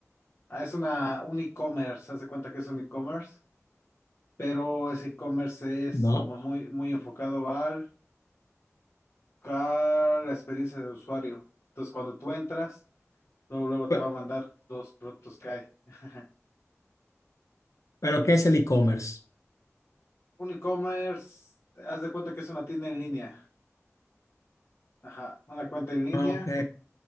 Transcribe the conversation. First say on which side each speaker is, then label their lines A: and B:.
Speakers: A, on the left; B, on the left.
A: Ah, es una, un e-commerce, haz de cuenta que es un e-commerce, pero ese e-commerce es
B: No.
A: como muy, muy enfocado al, a la experiencia del usuario. Entonces, cuando tú entras, luego, luego
B: Pe-
A: te va a mandar dos productos que hay. <laughs>
B: ¿Pero qué es el e-commerce?
A: Un e-commerce, haz de cuenta que es una tienda en línea. Ajá, una cuenta en línea
B: Ah, ok.